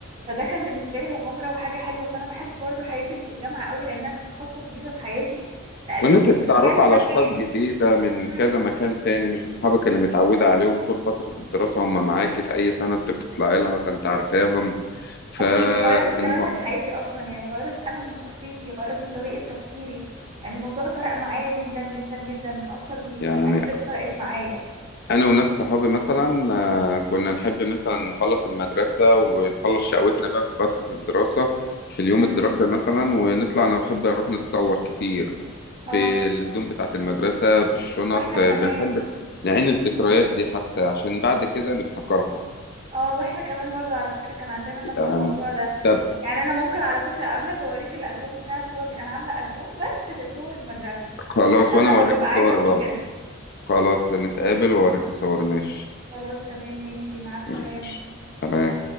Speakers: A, on the right; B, on the left.
A: فده كان بالنسبه لي مغامره وحاجه حلوه فانا بحب برضو حياتي اللي في الجامعه قوي لانها كانت خطوه جديده في حياتي نقلتني
B: وان انت
A: من
B: تتعرف
A: مكان
B: على
A: لمكان
B: اشخاص جديده من
A: مم.
B: كذا مكان تاني مش اصحابك اللي متعوده عليهم طول فتره الدراسه هم معاكي في اي سنه انت بتطلعي لها فانت عارفاهم فالم...
A: اكيد وغيرت كمان من حياتي اصلا يعني غيرت انا من شخصيتي غيرت من طريقة تفكيري يعني الموضوع فرق معايا جدا جدا جدا من اكتر الحاجات
B: يعني
A: اللي فرقت معايا
B: انا وناس صحابي مثلا آه، كنا نحب مثلا نخلص المدرسه ونخلص شقوتنا بقى في فتره الدراسه في اليوم
A: امم
B: الدراسي مثلا ونطلع نحب نروح نتصور كتير
A: اه
B: بالهدوم بتاعه المدرسه بالشنط
A: واحنا كمان
B: آه، بنحب نعين الذكريات دي حتى عشان بعد كده نفتكرها
A: اه واحنا كمان برضو على فكرة كان عندنا نفس
B: يعني
A: الموضوع ده
B: طب
A: يعني انا ممكن على فكرة قبلك اوريك الالبوم بتاع الصور ب... انا عاملة البوم بس لصور المدرسة
B: خلاص
A: عشان
B: وانا
A: لما
B: اوريك
A: ببقى
B: صوري
A: عايزة افتكرها
B: برضه خلاص نتقابل واوريك صوري ماشي
A: خلاص تمام ماشي مع السلامة
B: ماشي. سلام.